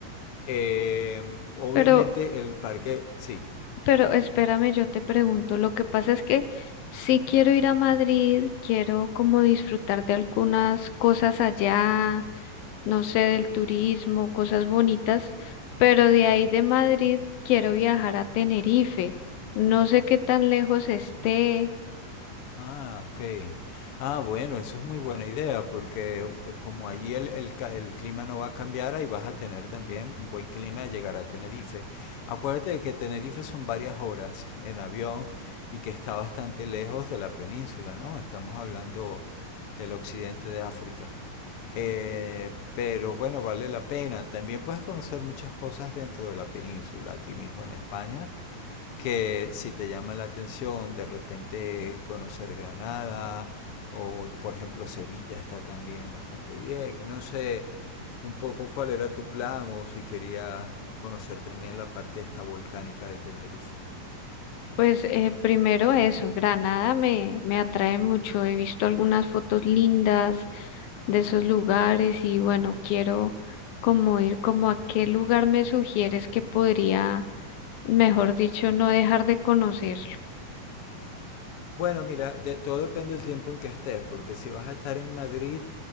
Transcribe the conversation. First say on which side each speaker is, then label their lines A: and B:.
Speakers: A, on the left (about 65°); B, on the left (about 85°).
A: Eh, obviamente
B: Pero,
A: el parque, sí,
B: pero espérame, yo te pregunto. Lo que pasa es que si quiero ir a Madrid, quiero como disfrutar de algunas cosas allá, no sé, del turismo, cosas bonitas, pero de ahí de Madrid quiero viajar a Tenerife. No sé qué tan lejos esté.
A: Ah, ok. Ah, bueno, eso es muy buena idea porque eh, como allí el, el ca- el clima no va a cambiar, ahí vas a tener también un buen clima al llegar a Tenerife. Acuérdate de que Tenerife son varias horas en avión y que está bastante lejos de la península, ¿no? Estamos hablando del occidente de África. Eh, pero bueno, vale la pena. También puedes conocer muchas cosas dentro de la península, aquí mismo en España que si te llama la atención de repente conocer Granada o por ejemplo Sevilla está también bastante bien. No sé un poco cuál era tu plan o si querías conocer también la parte esta volcánica de Tenerife.
B: Pues eh, primero eso, Granada me, me atrae mucho. He visto algunas fotos lindas de esos lugares y bueno, quiero como ir como a qué lugar me sugieres que podría, mejor dicho, no dejar de conocerlo.
A: Bueno, mira, de- todo depende del tiempo en que estés, porque si vas a estar en Madrid,